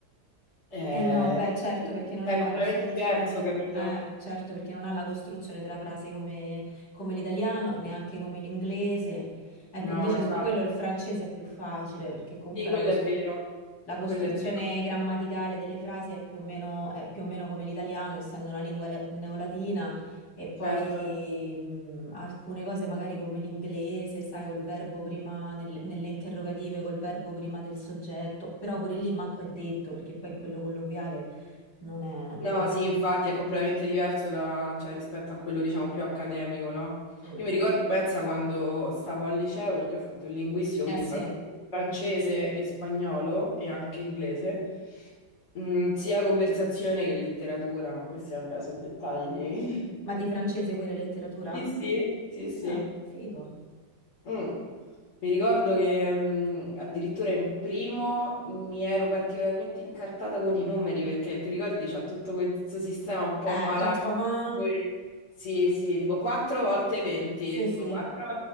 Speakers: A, on the left; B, on the left.
A: eh,
B: Eh no, beh, certo,
A: cioè,
B: perché non è
A: è
B: la
A: completamente
B: costruzione,
A: diverso, capito?
B: eh, certo, perché non ha la costruzione della frase come, come l'italiano, neanche come l'inglese. Ecco,
A: No,
B: invece
A: esatto.
B: su quello il francese è più facile, perché comunque
A: Sì, quello
B: la costruzione...
A: è vero,
B: La costruzione
A: quello è vero,
B: grammaticale delle frasi è più o meno, è più o meno come l'italiano, essendo una lingua le- neolatina, e poi
A: certo.
B: mh, alcune cose magari come l'inglese, sai, col verbo prima nel- nelle interrogative, col verbo prima del soggetto, però pure lì manco è detto, perché poi in quello colloquiale non è, non
A: No,
B: è così.
A: sì, infatti è completamente diverso da- cioè, rispetto a quello, diciamo, più accademico, no?
B: Mm.
A: Io mi ricordo, pensa, quando stavo al liceo, perché ho fatto il linguistico,
B: Eh
A: quindi
B: sì,
A: fra- francese e spagnolo e anche inglese, mm, sia conversazione che letteratura, ma questi, vabbè, sono dettagli. <laughs>
B: ma di francese pure letteratura?
A: Sì, sì, sì, sì.
B: Ah, figo.
A: Mm. Mi ricordo che mm, addirittura in primo mi ero particolarmente incartata con i numeri perché ti ricordi c'è tutto questo sistema un po'
B: Eh,
A: malato.
B: 80,
A: Poi- Sì, sì, tipo 4 volte 20,
B: sì,
A: tipo
B: sì.
A: 4